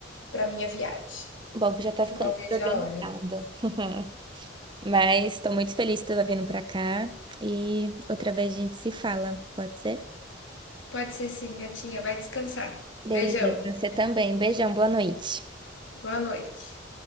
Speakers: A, on the left; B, on the right.
A: para minha viagem,
B: Bom, que já tá
A: que
B: ficando
A: eu mal
B: tudo
A: vejo
B: organizado.
A: a hora.
B: <laughs> Mas tô muito feliz que tu tá vindo pra cá. E outra vez a gente se fala, pode ser?
A: Pode ser sim, gatinha, vai descansar.
B: Beleza,
A: Beijão.
B: você também. Beijão, boa noite.
A: Boa noite.